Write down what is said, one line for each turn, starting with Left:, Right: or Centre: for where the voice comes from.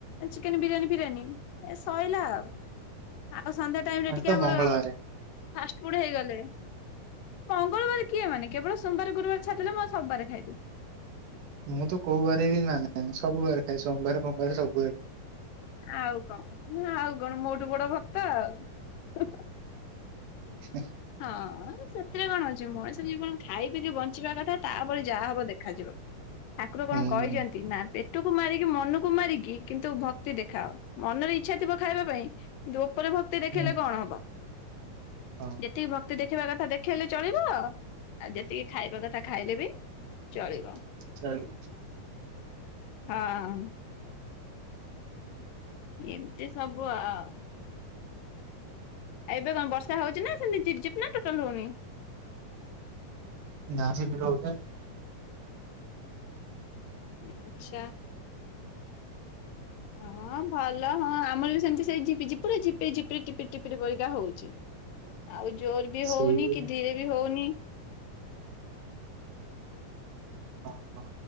Left: ଚିକେନ ବିରିୟାନୀ ଫିରିୟାନୀ ଏ ଶଇଲା ଆଉ। ଆଉ ସନ୍ଧ୍ୟା ଟାଇମ୍ ରେ
Right: ଆଜି
Left: ଟିକେ
Right: ତ
Left: ଆମର
Right: ମଙ୍ଗଳବାରେ
Left: ଫାଷ୍ଟ ଫୁଡ ହେଇଗଲେ ମଙ୍ଗଳବାର କିଏ ମାନେ କେବଳ ସୋମବାର ଗୁରୁବାର ଛାଡ଼ ଦେଲେ ମୁଁ ଆଉ ସବୁବାର ଖାଇଦିଏ।
Right: ମୁଁ ତ କୋଉ ବାରେ ବି ମାନେନି ସବୁ ବାରେ ଖାଇଏ ସୋମବାର ଖୋମବାର ସବୁବାରେ।
Left: ଆଉ କଣ ଆଉ କଣ ମୋଠୁ ବଡ ଭକ୍ତ ଆଉ।
Right: <unintelligible>
Left: ହଁ ସେଥିରେ କଣ ଅଛି ମଣିଷ ଜୀବନ ଖାଇ ପିକି ବଞ୍ଚିବା କଥା ତାପରେ ଯାହା ହବ ଦେଖାଯିବ। ଠାକୁର କଣ
Right: ହୁଁ
Left: କହିଚନ୍ତି ନା ଟୁକୁ ମାରିକି ମନକୁ ମାରିକି କିନ୍ତୁ ଭକ୍ତି ଦେଖାଅ ମନରେ ଇଚ୍ଛା ଥିବ ଖାଇବା ପାଇଁ ଧୋପରେ ଭକ୍ତି ଦେଖେଇଲେ
Right: ହୁଁ
Left: କଣ ହବ
Right: ହଁ।
Left: ଯେତିକି ଭକ୍ତି ଦେଖିବା କଥା ଦେଖେଇଲେ ଚଳିବ ଆଉ ଯେତିକି ଖାଇବା କଥା ଖାଇଲେ ବି ଚଳିବ
Right: <unintelligible>
Left: ହଁ। ଏମିତି ସବୁ ଆଉ। ଏବେ କଣ ବର୍ଷା ହଉଚି ନା ସେମିତି ଝିପ୍ ଝିପ୍ ନା ଟୋଟାଲ ହଉନି?
Right: ନା ସେଠୀ ରହୁଛେ।
Left: ଆଚ୍ଛା। ହଁ, ଭଲ ହଁ ଆମର ବି ସେମିତି ସେଇ ଝିପିଝିପ ପୁରା ଜିପେଇ ଟିପିରି ଟିପିକା ପରିକା ହଉଛି। ଆଉ ଜୋର ବି
Right: ସେଇ
Left: ହଉନି, କି ଧିରେ ବି ହଉନି।
Right: ହଁ, ହଁ।